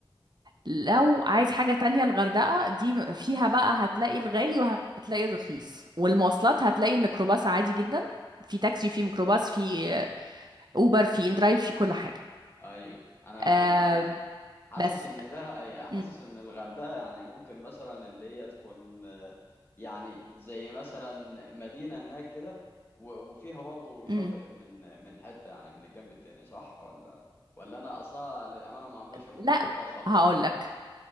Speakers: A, on the right; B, on the left.
A: لو عايز حاجة تانية الغردقة دي م- فيها بقى هتلاقي الغالي وهتلاقي الرخيص والمواصلات هتلاقي الميكروباص عادي جدا في تاكسي في ميكروباص في آه، اوبر في اندرايف في كل حاجة
B: أيوه أنا
A: آه
B: للأمانة حاسس
A: بس
B: ان ده حاسس
A: مم.
B: ان الغردقه يعني ممكن مثلا اللي هي تكون آه، يعني زي مثلا مدينه هناك كده و- وفيها برضه شاطئ
A: مم.
B: من من حته يعني من الجنب التاني صح ولا ولا انا اصلا للامانه ما عمريش رحت
A: لا
B: الغردقه خالص
A: هقول لك